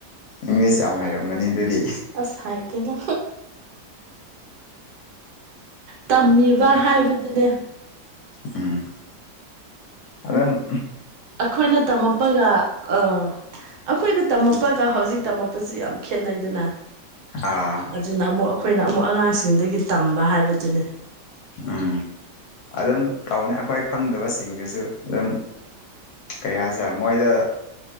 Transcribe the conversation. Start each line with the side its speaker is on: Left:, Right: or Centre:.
Left: ꯏꯪꯂꯤꯁ ꯌꯥꯝ ꯍꯩꯔꯝꯒꯅꯤ ꯑꯗꯨꯗꯤ
Right: ꯑꯁ ꯍꯥꯏꯥꯏ ꯀꯦꯗ ꯇꯝꯃꯤꯕ ꯍꯥꯏꯕꯗꯨꯅꯦ
Left: ꯎꯝ ꯑꯗꯝ
Right: ꯑꯩꯈꯣꯏꯅ ꯇꯝꯂꯄꯒ ꯑꯥ ꯑꯩꯈꯣꯏꯅ ꯇꯝꯂꯄꯒ ꯍꯧꯖꯤꯛ ꯇꯝꯃꯛꯄꯁꯤ ꯌꯥꯝ ꯈꯦꯠꯅꯩꯗꯅ
Left: ꯑꯥ
Right: ꯑꯗꯨꯅ ꯑꯃꯨꯛ ꯑꯩꯈꯣꯏꯅ ꯑꯃꯨꯛ ꯑꯉꯥꯡꯁꯤꯡꯗꯒꯤ ꯇꯝꯕ ꯍꯥꯏꯕꯗꯨꯅꯤ
Left: ꯎꯝ ꯑꯗꯨꯝ ꯇꯧꯅꯤ ꯑꯩꯈꯣꯏ ꯈꯪꯗꯕꯁꯤꯡꯗꯨꯁꯨ ꯑꯗꯨꯝ ꯀꯩ ꯍꯥꯏꯥꯁ ꯃꯣꯏꯣꯏꯗ